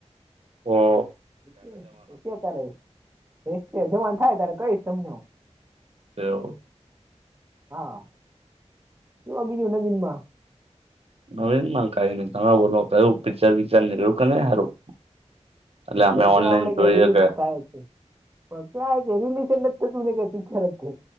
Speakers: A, on the right (about 55°); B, on the right (about 20°).
A: હમ્મ
B: <unintelligible> તમને હું
A: એવું
B: હા કે બીજું નવીન માં
A: નવીનમાં કઈ નઈ તમે બોલો કયું પિક્ચર-વિક્ચર નીકળ્યું કે નહીં હારું? એટલે
B: પિક્ચર
A: અમે
B: ક્યાં
A: ઓનલાઈન
B: આપડે
A: જોઈએ
B: ક રિલીઝ
A: કે
B: થાય છે ક્યા કે રિલેશન જ તો તુંને ક પિક્ચર જ છે